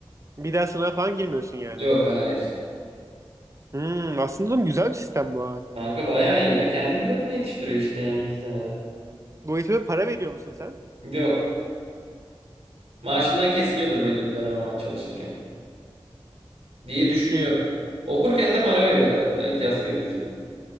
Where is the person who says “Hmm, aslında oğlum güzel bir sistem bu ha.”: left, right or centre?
Right